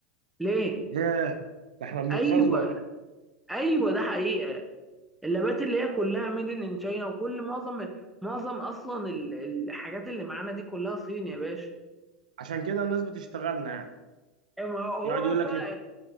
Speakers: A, in the centre; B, on the right (about 75°).
A: ليه
B: ياه ده احنا بنتخزوق
A: ايوه
B: بقى
A: ايوه ده حقيقه اللابات اللي هي كلها ميد ان تشاينا وكل معظم معظم اصلا ال- الحاجات اللي معانا دي كلها صين يا باشا
B: عشان كده الناس بتشتغلنا يعني
A: أما هو هو
B: يقعد
A: بقى
B: يقول
A: بتوع
B: لك ايه